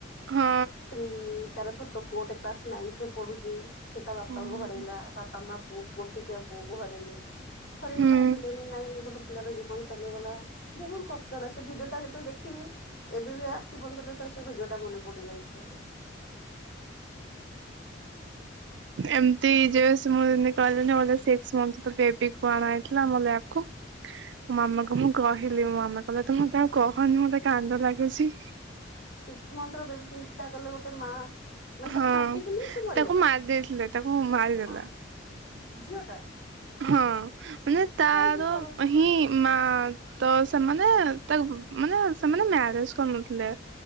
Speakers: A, on the right (about 65°); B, on the left (about 65°).
A: ହୁଁ।
B: କି ତାର ଛୋଟୋ ପୁଅଟେ କ୍ଲାସ ନାଇନ୍ଥରେ ପଢୁଛି ସେ ତା ବାପା
A: ହୁଁ
B: କୁ ହରେଇଲା ବାପା ମା ପୁଅକୁ ଗୋଟିକିଆ ପୁଅକୁ ହରେଇଲେ ଥରେ
A: ହୁଁ
B: ବି ଭାବୁ ଗୋଟେ ପିଲାର ଜୀବନ ଚାଲିଗଲା ବୋହୁତ କଷ୍ଟ ହେଲା ସେ ଭିଡିଓ ତାର ଯେତେବେଳେ ଦେଖିବି ଏବେ ବି ଆ ଖି ବନ୍ଦ କରିଦେଲେ ତାର ସେ ଭିଡିଓ ଟା ମନେ ପଡିଯାଉଛି ଖାଲି। <inaudible>
A: ଏମିତି ଯେବେ ସେ ମତେ ଏମିତି କହିଲେନି ଓନ୍ଲି ସିକ୍ସ ମନ୍ଥ ବେବି କୁ ଆଣା ହୋଇଥିଲା ଆମ ଲାବକୁ।
B: <inaudible>
A: ମୋ ମାମା କୁ ମୁଁ କହିଲି ମୋ ମାମା କହିଲା ତୁ ମତେ ଆଉ କହନି ମତେ କାନ୍ଦ ଲାଗୁଛି।
B: ସିକ୍ସ ମନ୍ଥର ବେବୀ ଚିନ୍ତା କଲ ଗୋଟେ ମାଆ ମାନେ
A: ହଁ
B: ତାକୁ ମାରି ଦେଇଚନ୍ତି ନା ସେ ମରିଗଲା
A: ତାକୁ ମାରି ଦେଇଥିଲେ ତାକୁ ମାରିଦେଲା
B: ମା ଝିଅ ଟା?
A: ହଁ ମାନେ ତାର
B: କାହିଁକି କର
A: ହିଁ ମା ତ ସେମାନେ ତାକୁ ମାନେ ସେମାନେ ମ୍ୟାରେଜ କରିନଥିଲେ।